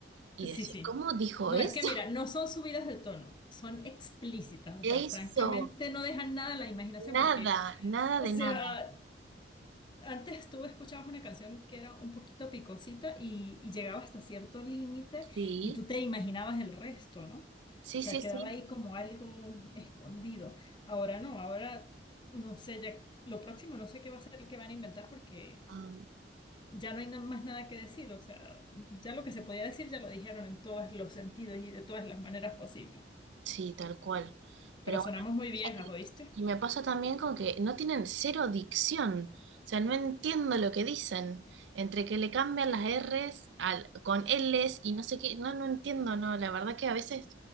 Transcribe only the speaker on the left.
Sí,
sí.
No,
es que mira,
no son subidas de tono, son explícitas. O
sea, francamente no dejan nada a la imaginación
porque,
o
sea...
Antes tú escuchabas una canción que era un poquito picosita y, y llegaba hasta cierto límite
y tú te imaginabas el resto, ¿no? O
sea,
quedaba
ahí como algo escondido. Ahora no, ahora no sé, ya lo próximo no sé qué va a ser, qué van a inventar porque
ya no hay na- más nada que decir. O sea, ya lo que se podía decir ya lo dijeron en todos los sentidos y de todas las maneras posibles.
Pero sonamos
muy
viejas,
¿oíste?